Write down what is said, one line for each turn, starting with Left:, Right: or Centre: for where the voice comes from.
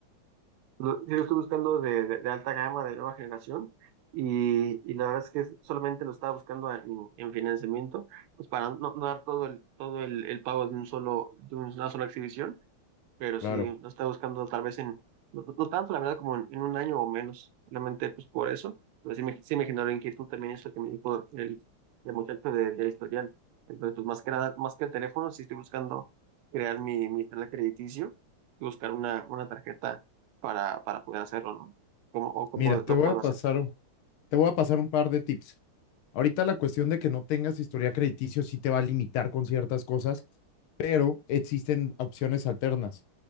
Right: Lo- Yo lo estoy buscando de, de- de alta gama, de nueva generación, y, y la verdad es que solamente lo estaba buscando en, en financiamiento, pues para no, no dar todo el, todo el, el pago de un solo, de una sola exhibición pero sí
Left: Claro.
Right: lo está buscando tal vez en, no, no no tanto la verdad como en, en un año o menos, solamente pues por eso, pero sí me, sí me generó inquietud también eso que me dijo el, el muchacho de, del historial, entonces pues más que nada, más que el teléfono, sí estoy buscando crear mi, mi historial crediticio y buscar una, una tarjeta para, para poder hacerlo, ¿no? Como, o cómo
Left: Mira,
Right: lo
Left: te voy
Right: puedo
Left: a pasar,
Right: hacer.
Left: o- te voy a pasar un par de tips. Ahorita la cuestión de que no tengas historia crediticio sí te va a limitar con ciertas cosas, existen opciones alternas.